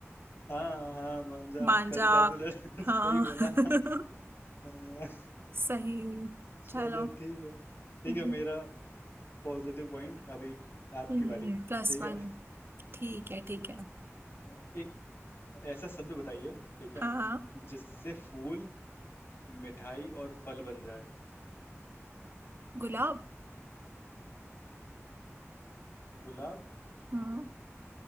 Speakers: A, on the left; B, on the right.
A: हाँ हाँ मांझा
B: मांजा
A: कटता है तो लड़
B: हाँ
A: <laughs> सही बोला
B: <laughs>
A: हाँ,
B: सही
A: चलो
B: चलो
A: ठीक है ठीक
B: हम्म
A: है मेरा पॉजिटिव पॉइंट अभी आपकी
B: प्लस
A: बारी ठीक
B: वन
A: है
B: ठीक है ठीक है
A: <laughs> एक ऐसा शब्द बताइए ठीक है
B: हाँ
A: जिससे फूल मिठाई और फल बन जाए
B: गुलाब
A: गुलाब
B: हम्म